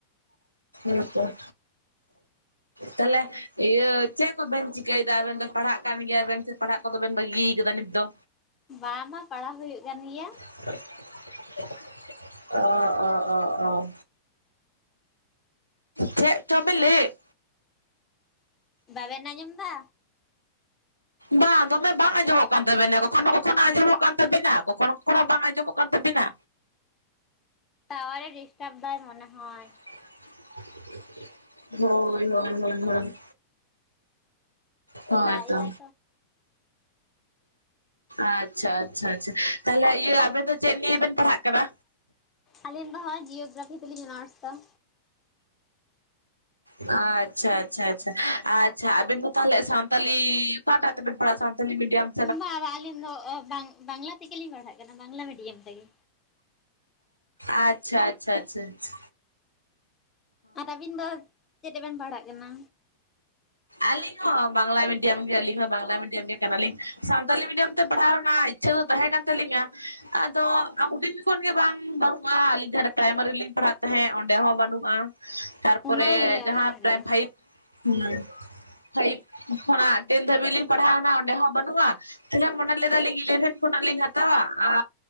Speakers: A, on the right (about 90°); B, on the left (about 25°).
A: ᱦᱮᱛᱚ
B: <inaudible>
A: ᱛᱟᱦᱞᱮ ᱤᱭᱟᱹ ᱪᱮᱫ ᱠᱚᱵᱮᱱ ᱪᱤᱠᱟᱹᱭᱮᱫᱟ ᱟᱵᱮᱱ ᱫᱚ ᱯᱟᱲᱦᱟᱜ ᱠᱟᱱ ᱜᱮᱭᱟᱵᱮᱱ ᱯᱟᱲᱦᱟᱜ ᱠᱚᱫᱚ ᱵᱟᱹᱜᱤ ᱠᱟᱫᱟ ᱱᱤᱛ ᱫᱚ
B: ᱵᱟᱝ ᱵᱟᱝ ᱯᱟᱲᱦᱟᱣ ᱦᱩᱭᱩᱜ ᱠᱟᱱ ᱜᱮᱭᱟ
A: <unintelligible> ᱚᱻᱚᱻᱚᱻᱚ ᱪᱮᱫ ᱪᱚ ᱵᱤᱱ ᱞᱟᱹᱭᱮᱫ
B: ᱵᱟᱵᱮᱱ ᱟᱸᱡᱚᱢ ᱮᱫᱟ
A: ᱵᱟᱝ ᱫᱚᱢᱮ ᱵᱟᱝ ᱟᱸᱡᱚᱢᱚᱜ ᱠᱟᱱ ᱛᱟᱵᱤᱱᱟ ᱠᱚᱠᱷᱚᱱᱳ ᱠᱚᱠᱷᱚᱱᱳ ᱟᱸᱡᱚᱢᱚᱜ ᱠᱟᱱ ᱛᱟᱵᱤᱱᱟ ᱠᱚᱠᱷᱚᱱᱳ ᱵᱟᱝ ᱟᱸᱡᱚᱢᱚᱜ ᱠᱟᱱ ᱛᱟᱵᱤᱱᱟ
B: ᱴᱟᱣᱟᱨᱮ ᱰᱤᱥᱴᱟᱨᱵ ᱫᱟ ᱢᱚᱱᱮ ᱦᱚᱭ
A: <unintelligible> ᱦᱳᱭ ᱦᱳᱭ ᱦᱳᱭ ᱦᱳᱭ ᱦᱳᱭ
B: ᱫᱟᱜ ᱮᱫᱟᱭ
A: ᱛᱚ ᱟᱪᱪᱷᱟ ᱟᱪᱪᱷᱟ ᱟᱪᱪᱷᱟ ᱛᱟᱦᱞᱮ ᱤᱭᱟᱹ ᱟᱵᱮᱱ ᱫᱚ ᱪᱮᱫ ᱱᱤᱭᱮ ᱵᱮᱱ ᱯᱟᱲᱦᱟᱜ ᱠᱟᱱᱟ
B: ᱟᱹᱞᱤᱧ ᱫᱚ ᱦᱟᱸᱜ ᱡᱤᱭᱳᱜᱨᱟᱯᱷᱤ ᱛᱮᱞᱤᱧ ᱚᱱᱟᱨᱥ ᱫᱟ
A: ᱟᱪᱪᱷᱟ ᱟᱪᱪᱷᱟ ᱟᱪᱪᱷᱟ ᱟᱪᱪᱷᱟ ᱟᱵᱮᱱ ᱫᱚ ᱛᱟᱦᱚᱞᱮ ᱥᱟᱱᱛᱟᱞᱤ ᱚᱠᱟᱴᱚᱜ ᱛᱮᱵᱤᱱ ᱯᱟᱲᱦᱟᱜ-ᱟ ᱥᱟᱱᱛᱟᱞᱤ ᱢᱮᱰᱤᱭᱟᱢ ᱛᱮ
B: ᱵᱟᱝ ᱵᱟᱝ ᱟᱹᱞᱤᱧ ᱫᱚ ᱵᱟᱝᱞᱟ ᱛᱮᱜᱮᱞᱤᱧ ᱯᱟᱲᱦᱟᱜ ᱠᱟᱱᱟ ᱵᱟᱝᱞᱟ ᱢᱤᱰᱤᱭᱟᱢ ᱛᱮᱜᱮ
A: ᱟᱪᱪᱷᱟ ᱟᱪᱪᱷᱟ ᱟᱪᱪᱷᱟ ᱟᱪᱷᱟ
B: ᱟᱨ ᱟᱹᱵᱤᱱ ᱫᱚ ᱪᱮᱫ ᱨᱮᱵᱮᱱ ᱯᱟᱲᱦᱟᱜ ᱠᱟᱱᱟ
A: ᱟᱹᱞᱤᱧ ᱦᱚᱸ ᱵᱟᱝᱞᱟ ᱢᱤᱰᱤᱭᱟᱢ ᱜᱮ ᱟᱹᱞᱤᱧ ᱦᱚᱸ ᱵᱟᱝᱞᱟ ᱢᱤᱰᱤᱭᱟᱢ ᱜᱮ ᱠᱟᱱᱟᱞᱤᱧ ᱥᱟᱱᱛᱟᱞᱤ ᱢᱤᱰᱤᱭᱟᱢ ᱛᱮ ᱯᱟᱲᱦᱟᱣ ᱨᱮᱱᱟᱜ ᱤᱪᱪᱷᱟᱹ ᱫᱚ ᱛᱟᱦᱮᱸ ᱠᱟᱱ ᱛᱟᱹᱟᱞᱤᱧᱟ ᱟᱫᱚ ᱦᱩᱰᱤᱧ ᱠᱷᱚᱱ ᱜᱮ ᱵᱟᱝ ᱵᱟᱹᱱᱩᱜ-ᱟ ᱟᱹᱞᱤᱧ ᱡᱟᱦᱟᱸ ᱯᱨᱟᱭᱢᱟᱨᱤᱞᱤᱧ ᱯᱟᱲᱦᱟᱜ ᱠᱟᱱᱟ ᱛᱟᱦᱮᱸᱫ ᱚᱸᱰᱮ ᱦᱚᱸ ᱵᱟᱹᱱᱩᱜ-ᱟ ᱛᱟᱨᱯᱚᱨᱮ
B: ᱚᱱᱟᱜᱮ
A: ᱡᱟᱦᱟᱸ
B: ᱚᱱᱟᱜᱮ᱾
A: ᱯᱨᱟᱭ ᱯᱷᱟᱭᱤᱵ ᱦᱩ ᱯᱷᱟᱭᱤᱵ ᱠᱷᱚᱱᱟᱜ ᱴᱮᱱ ᱫᱷᱟᱹᱵᱤᱡ ᱞᱤᱧ ᱯᱟᱲᱦᱟᱣᱱᱟ ᱚᱸᱰᱮ ᱦᱚᱸ ᱵᱟᱹᱱᱩᱜ-ᱟ ᱛᱟᱦᱚᱞᱮ ᱢᱚᱱᱮ ᱞᱮᱫᱟᱞᱤᱧ ᱤᱞᱮᱹᱵᱷᱮᱱ ᱠᱷᱚᱱᱟᱜ ᱞᱤᱧ ᱦᱟᱛᱟᱣᱟ ᱟᱨ